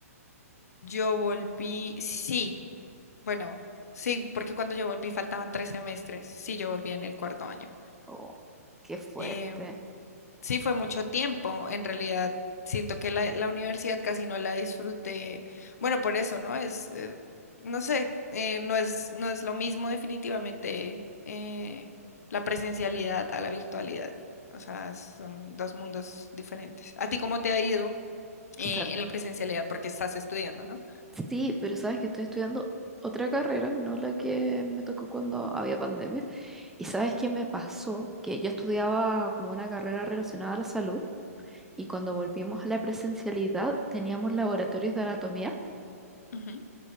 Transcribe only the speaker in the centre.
Oh, qué fuerte.
O sea,
sí, pero sabes que estoy estudiando otra carrera, no la que me tocó cuando había pandemia. Y sabes qué me pasó, que yo estudiaba como una carrera relacionada a la salud y cuando volvimos a la presencialidad teníamos laboratorios de anatomía.